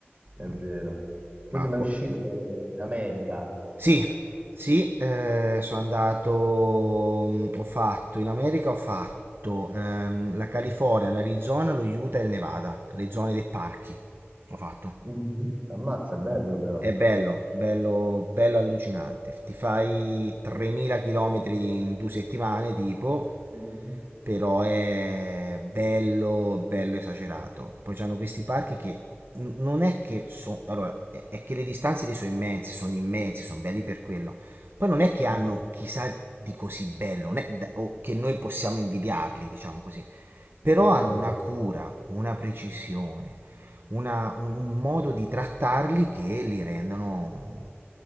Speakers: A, on the right; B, on the right.
A: È vero.
B: mm,
A: Tu
B: Ma
A: sei
B: fo-
A: mai uscito eh, in America?
B: sì, sì, eh, sono andato, mh, ho fatto, in America ho fatto ehm, la California, l'Arizona, lo Utah e il Nevada, le zone dei parchi, ho fatto.
A: Mhm. Ammazza, è bello però.
B: È bello, bello, bello allucinante. Ti fai 3000 km in due settimane, tipo,
A: Mhm.
B: però è bello, bello esagerato. Poi c'hanno questi parchi che n- non è che sono... Allora, è, è che le distanze lì sono immense, sono immensi, sono belli per quello. Poi non è che
A: Mm,
B: hanno chissà di così bello, non è da- o che noi possiamo invidiarli, diciamo così però
A: Ok.
B: hanno una cura, una precisione, una- un, un modo di trattarli che li rendono,